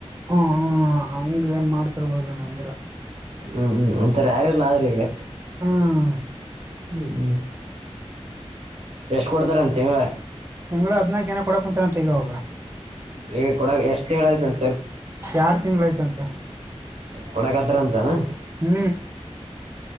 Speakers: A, on the right (about 25°); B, on the right (about 75°).
A: ಹ್ಮ ಹಂಗ ಏನ್ ಮಾಡ್ತಿರ್ಬೋದ ಅಂದ್ರ
B: ಹ್ಮ್ ಹ್ಮ್ ಒಂತರ ಯಾರೆಲ್ಲ ಆದ್ರ ಈಗ
A: ಹ್ಮ್
B: ಹ್ಮ್ ಹ್ಮ ಎಷ್ಟ್ ಕೊಡ್ತಾರಂತ ತಿಂಗಳ
A: ತಿಂಗಳ ಹದ್ನಾಕ ಏನ ಕೊಡಕ್ ಕುಂತನಂತ ಈಗ ಅವರ್ಗ
B: ಏ ಕೊಡಗ ಎಷ್ಟ ತಿಂಗಳು ಅಯ್ತಂತೆ
A: ಎರಡು ತಿಂಗಳ ಆಯ್ತಂತೆ
B: ಕೊಡಕತರಂತೆನು
A: ಹೂ